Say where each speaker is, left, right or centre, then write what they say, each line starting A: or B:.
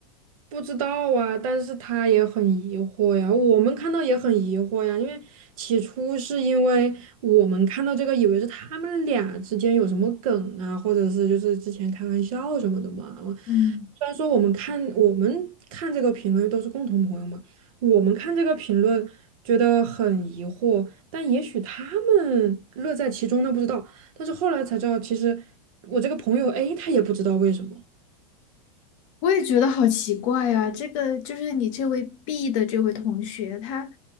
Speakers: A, on the right; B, on the left.
A: 不知道啊，但是他也很疑惑呀，我们看到也很疑惑呀，因为起初是因为我们看到这个，以为是他们俩之间有什么梗啊，或者是就是之前开玩笑什么的嘛。我虽然说我们看我们看这个评论都是共同朋友嘛，
B: 嗯。
A: 我们看这个评论觉得很疑惑，但也许他们乐在其中，那不知道。但是后来才知道，其实我这个朋友 A 他也不知道为什么。
B: 我也觉得好奇怪啊，这个就是你这位 B 的这位同学，他